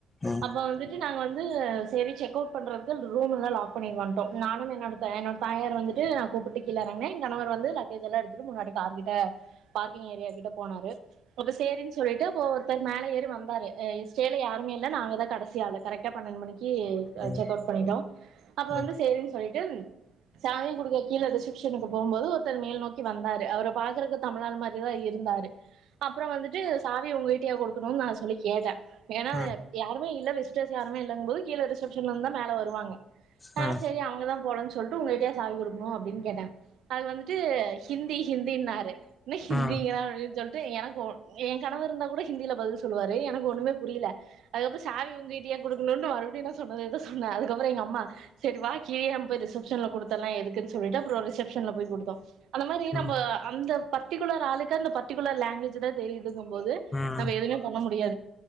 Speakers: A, on the left; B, on the right.
A: ம்
B: அப்ப வந்து ட்டு நாங்க வந்து சேரி செக் அவுட் பண்றதுக்கு ரூம்லா லாக் பண்ணி வந்துட்டோ நானு என்னோட த என்னோட தாயார் வந்துட்டு நா கூப்பிட்டு கீழ எறங்கினே எ கணவர் வந்து லக்கேஜ் எல்லா எடுத்துட்டு முன்னாடி கார் கிட்ட பார்க்கிங் ஏரியா கிட்ட போனாரு அப்போ சேரின் சொல்லிட்டு இப்போ ஒருத்தர் மேல ஏறி வந்தாரு ஏ ஸ்டேல யாருமே இல்ல நாங்கதா கடசி ஆளு கரெக்டா பன்னெண்டு மணிக் கி
A: ம்
B: செக் அவுட் பண்ணிட்டோ அப்ப
A: ம்
B: வந்து போயிட்டு சாவி குடுக்க கீழ ரிசப்ஷனுக்கு போம்போது ஒருத்தர் மேல் நோக்கி வந்தாரு அவர பாக்குறக்கு தமிழால் மாரிதா இருந்தாரு அப்புறோ வந்துட்டு சா வி உங்கட்டியா குடுக்கணுன் நா சொல்லி கேட்டே ஏன்னா
A: ம் ம்
B: யாருமே இல் ல வெஸ்டர்ஸ் யாருமே இல்லங்கு போது கீழ ரிசப்ஷன்ல இந்தா மேல வருவாங்க
A: ம்
B: ஆ சேரி அவுங்கதா போலான் சொல்ட்டு உங்கட்டயா சாவி குடுக்குணு அப்பிடின் கேட்டே அது வந்துட்டு ஹிந்தி ஹிந்தின்னாரு இன்னா ஹந்திங்கிறாங்க
A: ம்
B: ட்டு எனக்கு ஏ கணவர் இருந்தா கூட ஹிந்தில பதில் சொல்லுவாரு எனக்கு ஒண்ணுமே புரியல அதுக்கப்புறோ சாவி உங்கிட்டயா குடுக்கணுன்ட் மறுபிடியு நா சொன்னதேதா சொன்ன அதுக்கு அப்புறோ எங்க அம்மா சேரி வா கீழியே நம்ம போய் ரிசப்ஷன்ல குடுத்தரலா எதுக்ன்னு சொல்லிட்டு அப்புறோ ரிசப் ஷன்ல போய் குடுத்தோ அந்த மாரி
A: ம்
B: நம்ம அந்த பத் ட்டிகுளர் ஆளுக்க அந்த பர்டிகுளர் லாங்வேஜ் ஜ் தா தெரிதுங்கு போது
A: ம் ம்
B: நம்ம எதுவுமே பண்ண முடியா